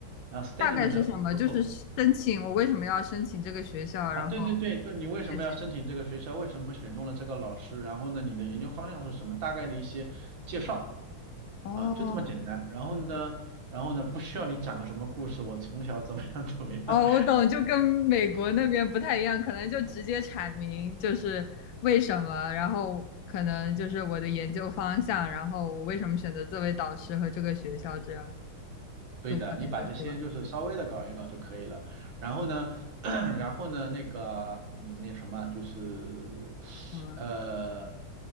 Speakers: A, on the right; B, on the left.
A: 啊、s t
B: 大概是什么？
A: a t e m e n t of propose，
B: 就是申请我为什么要申请这个学校，
A: 啊，
B: 然后
A: 对对对，就你为什么要申请这个学校，
B: 类似于
A: 为什么选中了这个老师，然后呢，你的研究方向是什么，大概的一些介绍，
B: 哦，
A: 啊、就这么简单，然后呢，然后呢，不需要你讲个什么故事，我从小怎么样怎么样，
B: 哦，我懂，就跟美国那边不太一样，可能就直接阐明就是为什么，然后可能就是我的研究方向，然后我为什么选择这位导师和这个学校，这样
A: 对的，
B: 就可以了，
A: 你把这些就是稍微的搞一搞就可以了。
B: 是吧？
A: 然后呢，<clears throat> 然后呢，那个，嗯，那什么，就是，
B: 嗯
A: 呃，